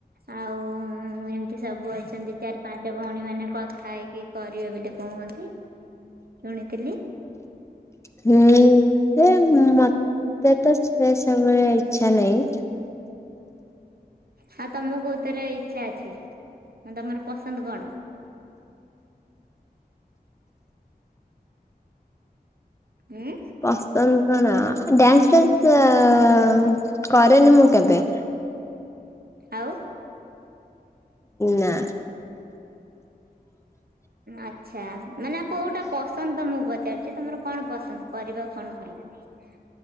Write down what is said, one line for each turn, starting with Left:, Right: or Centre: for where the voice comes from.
Right: ଆଉ ଏମିତି ସବୁ ଅଛନ୍ତି ଚାରି ପାଞ୍ଚ ଭଉଣୀ ମାନେ କଥା ହେଇକି କରିବେ ବୋଲି କହନ୍ତି ଶୁଣିଥିଲି।
Left: ହୁଁ ସେ ମତେ ତ ସେ ସବୁବେଳେ ଇଚ୍ଛା ନାହିଁ।
Right: ହଁ ତମକୁ କୋଉଥିରେ ଇଚ୍ଛା ଅଛି ମ ତମର ପସନ୍ଦ କଣ? ଉଁ?
Left: ପସନ୍ଦ କଣ ଡ୍ୟାନ୍ସ ଫାନ୍ସ କରେନି ମୁଁ କେବେ
Right: ଆଉ?
Left: ନା।
Right: ଆଚ୍ଛା ମାନେ କୋଉଟା ପସନ୍ଦ ତ ମୁଁ ପଚାରୁଛି ତମର କଣ ପସନ୍ଦ? କରିବାକୁ କଣ ଭଲ ଲାଗେ?